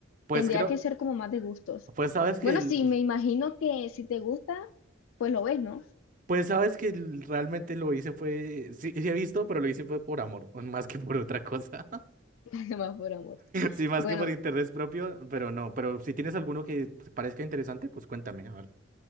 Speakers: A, on the right; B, on the left.
A: Pues
B: Tendría
A: creo,
B: que ser como más de gustos.
A: pues sabes que,
B: Bueno,
A: el-
B: sí, me imagino que si te gusta, pues lo ves, ¿no?
A: pues sabes que el- realmente lo hice fue, sí, sí he visto, pero lo hice fue por amor, <laughs> más que por otra cosa. <laughs>
B: <laughs> Además, por amor.
A: Sí, más
B: Bueno,
A: que por interés propio, pero no, pero si tienes alguno que te parezca interesante, pues cuéntame, a ver.